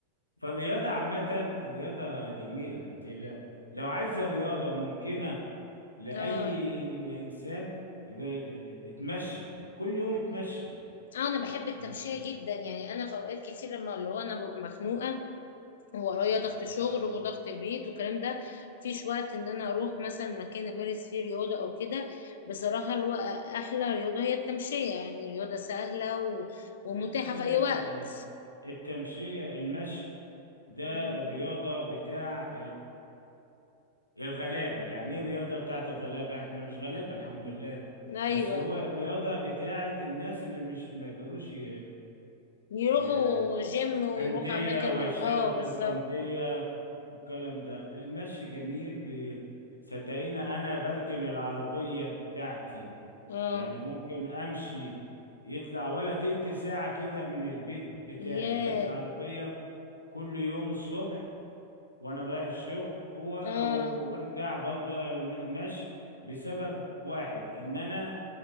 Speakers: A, on the left; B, on the left.
A: فالرياضه عامه رياضه جميله انت لو لو عايزه رياضه ممكنه لاي
B: اه
A: انسان يبقى ال- اتمشي كل يوم اتمشي
B: انا بحب التمشية
A: يعني
B: جدا يعني انا في اوقات كتير لما اللي هو انا ببقى مخنوقة وورايا ضغط
A: آه،
B: شغل
A: آه،
B: وضغط البيت والكلام ده مفيش وقت ان انا اروح مثلا مكان امارس فيه رياضة او كده بصراحة اللي هو احلى رياضة هي التمشية يعني رياضة سهلة و... ومتاحة
A: هي
B: في اي
A: ال-
B: وقت
A: آه، التمشيه المشي ده
B: مم.
A: الرياضه بتاع الغلابة يعني ايه الرياضة بتاعت الغلابة احنا مش غلابة الحمد لله
B: ايوه
A: بس هو الرياضة بتاعت الناس اللي مش ما يقدروش ي...
B: يروحوا
A: ي...
B: جيم ويروحوا
A: أندية
B: اماكن
A: ويشتركوا
B: اه بالظبط
A: في أندية والكلام ده المشي جميل ب... صدقيني أنا بركن العربية بتاعتي
B: اه
A: يعني ممكن أمشي يطلع ولا تلت ساعة كده من البيت بتاعي
B: ياه
A: لغاية العربية كل يوم الصبح وانا رايح الشغل و-
B: اه
A: وارجع برضو آه، م- ماشي بسبب واحد ان انا